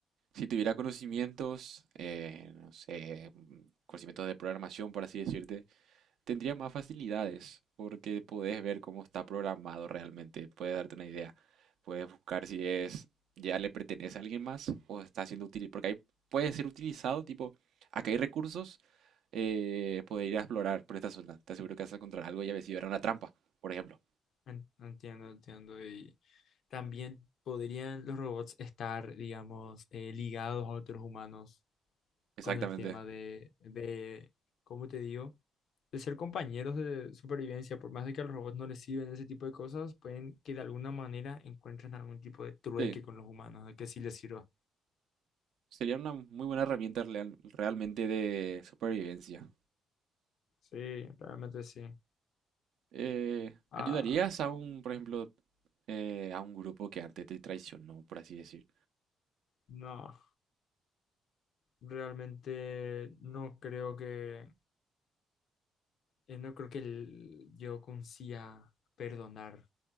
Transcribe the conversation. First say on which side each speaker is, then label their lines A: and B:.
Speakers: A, on the right; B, on the left.
A: si tuviera conocimientos, eh, no sé, mm, conocimientos de programación, por así decirte, Tendría más facilidades porque podés ver cómo está programado realmente, puedes darte una idea, puedes buscar si es ya le pertenece a alguien más o está siendo utilizado, porque ahí puede ser utilizado, tipo, acá hay recursos, eh, poder ir a explorar por esta zona, te aseguro que vas a encontrar algo y a ver si era una trampa, por ejemplo.
B: En- Entiendo, entiendo. Y también podrían los robots estar, digamos, eh, ligados a otros humanos
A: Exactamente.
B: con el tema de, de, ¿cómo te digo? De ser compañeros de supervivencia, por más de que a los robots no les sirven ese tipo de cosas, pueden que de alguna manera encuentren algún tipo de trueque
A: Sí,
B: con los humanos, de que sí les sirva.
A: sería una muy buena herramienta real- realmente de supervivencia.
B: Sí, realmente sí.
A: Eh,
B: Ah,
A: ¿ayudarías a un, por ejemplo, eh, a un grupo que antes te traicionó, por así decir?
B: no, realmente no creo que, eh, no creo que el- yo consiga perdonar